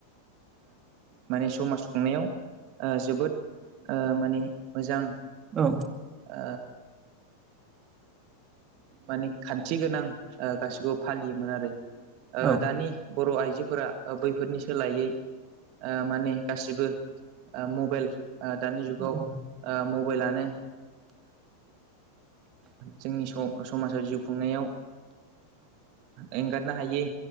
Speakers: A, on the right; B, on the right.
A: माने समाज खुंनायाव जोबोद माने मोजां
B: औ
A: ओ माने खान्थि गोनां गासिखौबो फालियोमोन आरो
B: औ
A: दानि बर' आइजोफोरा बैफोरनि सोलायै माने गासिबो मबाइल दानि जुगाव
B: औ
A: मबाइलानो जोंनि समाजाव जिउ खुंनायाव एंगारनो हायै